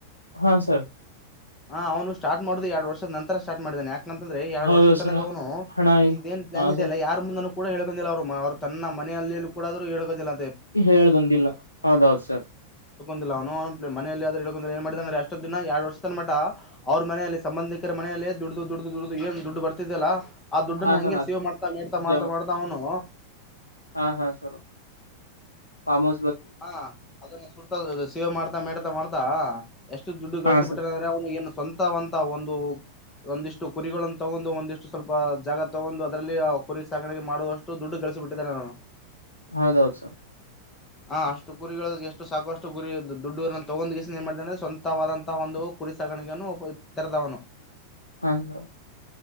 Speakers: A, on the left (about 80°); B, on the left (about 20°).
A: ಹಾ ಸರ್
B: ಹ ಅವನು ಸ್ಟಾರ್ಟ್ ಮಾಡುದು ಎರಡು ವರ್ಷ. ನಂತರ ಸ್ಟಾರ್ ಮಾಡಿದೇೆ ಯಾಕಂತಂದ್ರೆ ಎರಡು
A: ಹೌದು
B: ವರ್ಷ ತನಕ
A: ಸರ್
B: ಅವನು
A: ಹಣ
B: ಈಗ ಏನ್ ಪ್ಲಾನ್ದೆಲ್ಲ
A: ಹಾ ಸರ್
B: ಯಾರ ಮುಂದನ್ನು ಕೂಡ ಹೇಳ. ಲ್ಲ ಅವರು ಅವರು ತನ್ನ ಮನೆಯಲ್ಲಿಯೂ ಕೂಡಾದ್ರರು ಹೇಳಗಂದಿಲ್ಲ.
A: ಹೇಳ್ ಬಂದಿಲ್ಲ ಹೌದೌ ಹೌದು ಸರ್.
B: ದಿಲ್ಲ ಅವ ಮನೆಯಲ್ಲಿ ಏನ್ ಮಾಡ ಅಂದ್ರೆ ಎಷ್ಟೊ ದಿನ ಎರಡ್ ವರ್ಷ ತನ್ ಮಟ ಅವ್ರ ಮನೆಯಲ್ಲಿ ಸಂಬಂಧಿಕರ ಮನೆ ಮ ದುಡಡು ದುಡ ದುಡಡು ಏ ದುಡ್ಡು ಬರ್ತಿದ್ದಲ್ಲಾ. ಆ ದುಡ್ಡನ್ನ
A: ಹಾ
B: ಹಂಗೆ
A: ಸರ್ ಅದ್
B: ಶೀವ್ ಮಾಡ್ತಾ ಮಾಡ್ತಾ ಮಾಡ್ತಾ
A: ಜಮ
B: ಮಾಡ್ತಾ ಅವನು
A: ಹಾ ಹಾ ಸ ಪಾಮೋ.
B: ಹಾ ಅದನ್ನ ಸುಡ್ತಾ. ಸೇವೆ ಮಾಡ್ತಾ ಮಾಡೇತಾ ಮಾಡ್ತಾ ಎಷ್ಟು ದುಡ್ಡು ಗಳಿಸ
A: ಹಾ ಸರ್
B: ಬಿಟ್ಟ್ರ ಅಂದ್ರೆ ಅವನು ಏನು ಸ್ವಂತವಂತ ಒಂದು. ಒಂದಿಷ್ಟು ಕುರಿಗಳನ್ನು ತಗೊಂಡು ಒಂದಿಷ್ಟು ಸ್ವಲ್ಪ ಜಾಗ ತಗೊಂಡು ಅದರಲ್ಲಿ ಆ ಕುರಿ ಸಾಗಣೆಗೆ ಮಾಡುವಷ್ಟು ದುಡ್ಡು. ಬಿಟ್ಟಿದರೆ ಅವನು.
A: ಹೌದೌದು ಸರ್
B: ಹ ಅಷ್ಟು ಕುರಿಗಳು ಎಷ್ಟು ಸಾಕಷ್ಟು ಕುರಿ ದುಡ್ಡವರನ್ನ ತಗೊಂಡ್ ಗಸ ಏನ್ ಮಾಡೆ ಸ್ವಂತವಾದಂತಹ ಒಂದು. ಕುರಿ ಸಾಕಾಣನು ತರದಾವನು
A: ಹದು <inaudible>